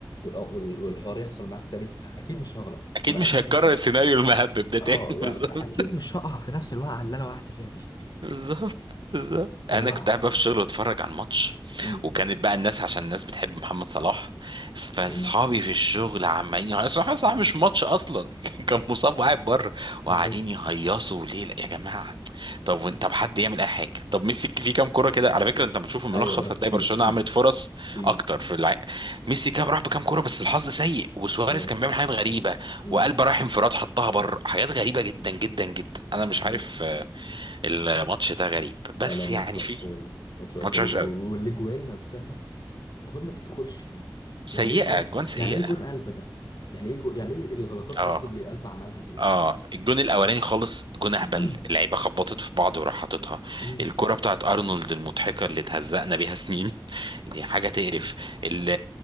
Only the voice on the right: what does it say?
اكيد
مش
هيتكرر
السيناريو المهبب ده تاني
<laughs> بالظبط
بالظبط بالظبط انا
كنت قاعد بقى في الشغل واتفرج على الماتش
وكانت بقى الناس عشان الناس بتحب محمد صلاح فاصحابي
في الشغل عمالين يهيصوا محمد صلاح مش في ماتش اصلا <laughs> كان مصاب وقاعد بره وقاعدين
يهيصوا ليه لا يا جماعه طب وإن- طب حد يعمل اي حاجه طب ميسي في كام كوره كده على فكره انت بتشوف الملخص
هتلاقي
برشلونه
عملت فرص
اكتر في الع... ميسي كام راح بكام كوره بس الحظ سيء وسواريز
كان بيعمل حاجات غريبه
وقلب رايح انفراد حطها بره حاجات غريبه جدا جدا جدا انا مش
عارف الماتش ده غريب بس
يعني
في
ماتش
وحش
قوي
سيئه
اجوان سيئه
اه
اه الجون الاولاني خالص جون اهبل
اللعيبه خبطت في بعض وراح حاططها
الكره بتاعت ارنولد المضحكه اللي اتهزقنا بيها سنين <laughs> دي حاجه تقرف ال